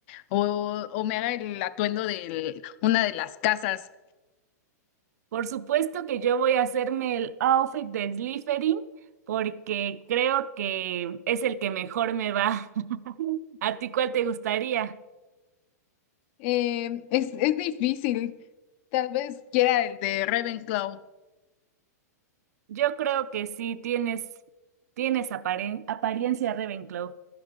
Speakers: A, on the left; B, on the right.
A: o, o me haga el atuendo de una de las casas.
B: Por supuesto que yo voy a hacerme el outfit de Slytherin porque creo que es el que mejor me va. <laughs> ¿A ti cuál te gustaría?
A: Eh, es, es difícil. Tal vez quiera el de Ravenclaw.
B: Yo creo que sí tienes, tienes aparen- apariencia Ravenclaw.